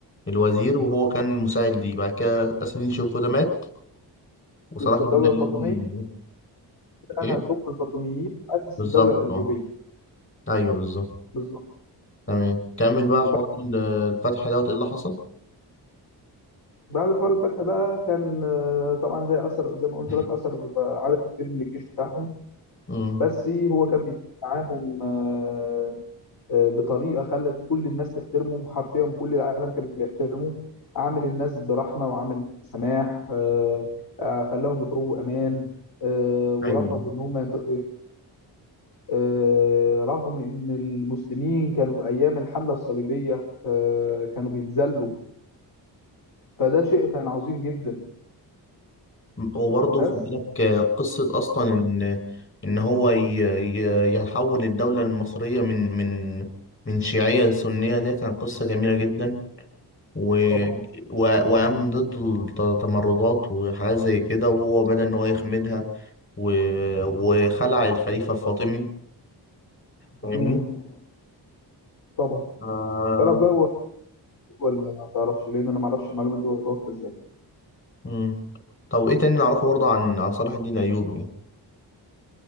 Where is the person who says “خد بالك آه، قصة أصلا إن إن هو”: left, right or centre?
Left